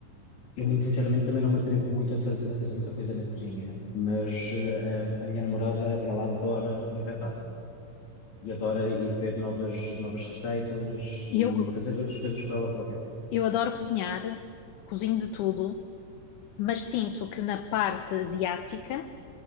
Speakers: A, on the left (about 55°); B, on the left (about 75°).
A: Eu,
B: Eh,
A: muito sinceramente, também não me atrevo muito a, faz- a fazer muita coisa na cozinha, mas eh, a, minha namorada, ela adora inventar e adora ir ver novas, novas receitas e
B: Eu,
A: fazer as coisas por ela própria.
B: eu adoro cozinhar, cozinho de tudo, mas sinto que na parte asiática,